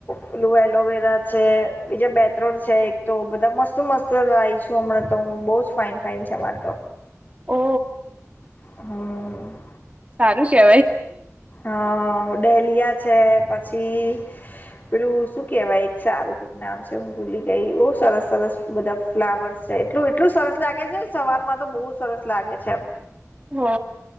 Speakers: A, on the left; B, on the right.
A: પેલું એલોવેરા છે બીજા બે ત્રણ છે એક તો બધા મસ્ત મસ્ત લાવી છું હમણાં તો હું બહુ જ ફાઈન ફાઇન છે મારે તો
B: ઓ
A: હમ
B: સારું છે
A: હ ડેલિયા છે પછી પેલું શું કેવાય એક સારું નામ છે હું ભૂલી ગઈ બઉ સરસ સરસ બધા ફ્લાવર્સ છે એટલું એટલું સરસ લાગે છે સવાર માં તો બહુ સરસ લાગે છે
B: હો